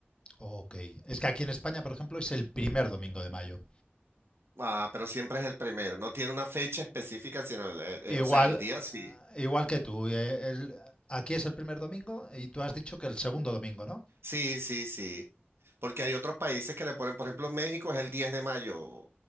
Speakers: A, on the left; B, on the right.
A: Ok, es que aquí en España, por ejemplo, es el primer domingo de mayo.
B: ah, pero siempre es el primero. No tiene una fecha específica, sino, el- el-
A: Igual,
B: el- o sea, el día sí.
A: eh, igual que tú, eh, el- aquí es el primer domingo y tú has dicho que el segundo domingo, ¿no?
B: Sí, sí, sí. Porque hay otros países que le ponen, por ejemplo, México es el 10 de mayo,